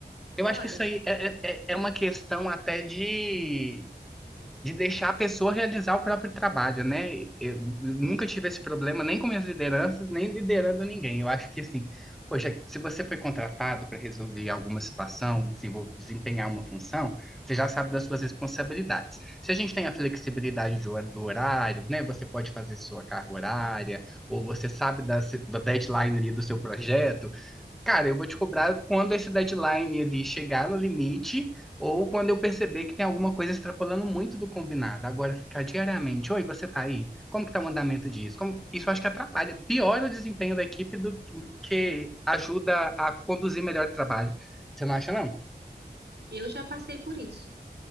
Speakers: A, in the centre; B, on the right (about 85°).
A: Eu
B: Olha,
A: acho que isso aí é, é, é uma questão até de, de deixar a pessoa realizar o próprio trabalho, né? Eu nunca tive esse problema, nem com minhas lideranças, nem liderando ninguém. Eu acho que, assim, poxa, se você foi contratado para resolver alguma situação, desenvol- desempenhar uma função, você já sabe das suas responsabilidades. Se a gente tem a flexibilidade de hor- do horário, né? Você pode fazer sua carga horária, ou você sabe da, se- da deadline ali do seu projeto, Cara, eu vou te cobrar quando esse deadline ali chegar no limite ou quando eu perceber que tem alguma coisa extrapolando muito do combinado. Agora ficar diariamente, oi, você tá aí? Como que tá o andamento disso? Como... Isso eu acho que atrapalha, piora o desempenho da equipe do do que ajuda a conduzir melhor o trabalho. Você não acha, não?
B: eu já passei por isso.